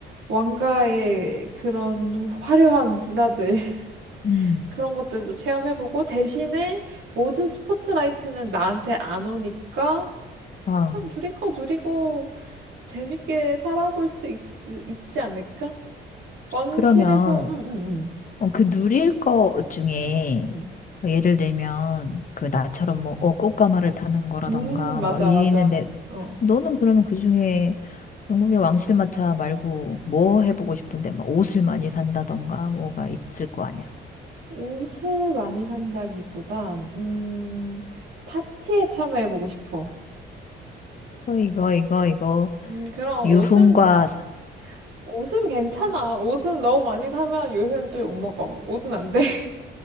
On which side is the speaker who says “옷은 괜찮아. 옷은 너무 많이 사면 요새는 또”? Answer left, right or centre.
Right